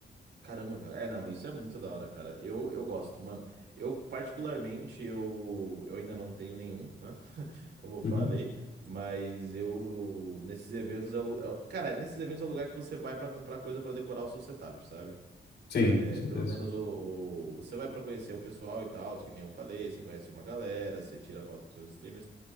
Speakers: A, on the right; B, on the left.
A: Caramba, cara. É, não, isso é muito da hora, cara. Eu, eu gosto, mano. Eu, particularmente, eu, eu ainda não tenho nenhum, né? como eu falei,
B: Uhum.
A: mas eu nesses eventos é, o lu- é o- cara, nesses eventos é o lugar que você vai pra comprar coisa pra decorar o seu setup, sabe?
B: Sim,
A: É,
B: com certeza.
A: pelo menos o, o- você vai pra conhecer o pessoal e tal, que nem eu falei, você conhece uma galera, você tira foto com seus streamers,